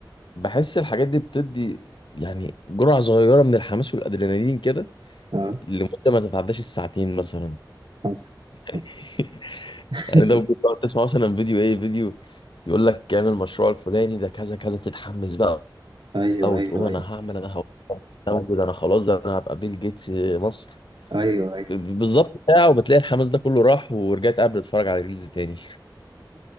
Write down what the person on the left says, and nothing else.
بحس الحاجات دي بتدي يعني جرعه صغيره من الحماس والادرينالين كده
لمده ما تتعداش الساعتين مثلا
<laughs>
يعني ده ممكن تقعد تسمع مثلا فيديو ايه فيديو يقول لك اعمل المشروع الفلاني ده كذا كذا تتحمس بقى
وتقوم
انا
هعمل انا هقوم ده انا خلاص ده انا هبقى بيل جيتس مصر
ب- ب- بالظبط ساعة وبتلاقي الحماس ده كله راح ورجعت قبل اتفرج على ريلز تاني